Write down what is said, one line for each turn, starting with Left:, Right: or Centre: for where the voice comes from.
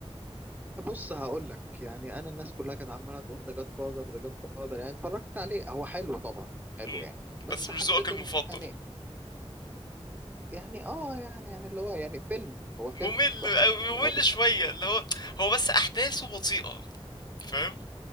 Right: بص هقول لك يعني انا الناس كلها كانت عماله تقول ده جاد فاذر ده جاد فاذر يعني اتفرجت عليه هو حلو طبعا حلو
Left: إمم.
Right: يعني بس
Left: بس مش
Right: حسيت
Left: ذوقك المفضل.
Right: ان هو يعني يعني اه يعني يعني اللي هو يعني فيلم هو فيلم
Left: ممل
Right: حلو
Left: أوي،
Right: يعني
Left: ممل
Right: لو تتفرج
Left: شوية، اللي هو هو بس أحداثه بطيئة، فاهم؟